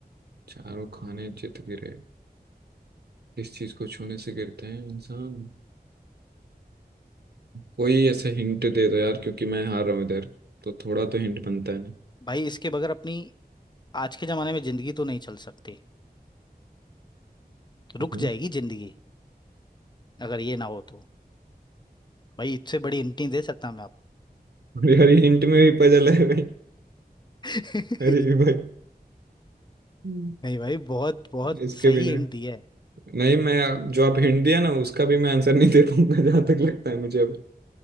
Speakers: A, on the right (about 80°); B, on the left (about 25°).
A: चारों खाने चित गिरे किस चीज को छूने से गिरते हैं इंसान कोई ऐसा हिंट दे दो यार क्योंकि मैं हार रहा हूँ इधर तो थोड़ा तो हिंट बनता है ना
B: भाई इसके बगैर अपनी आज के जमाने में जिंदगी तो नहीं चल सकती रुक
A: हाँ
B: जाएगी जिंदगी अगर ये ना हो तो भाई इससे बड़ी हिंट नहीं दे सकता मैं आपको
A: अरे अरे हिंट में भी पजल है भाई
B: <laughs>
A: अरे भाई हम्म।
B: नहीं भाई बहुत बहुत
A: इसके
B: सही
A: बिना
B: हिंट दिया है
A: नहीं मैं जो आप हिंट दिया ना उसका भी मैं आंसर नहीं दे पाऊंगा जहां तक लगता है मुझे अब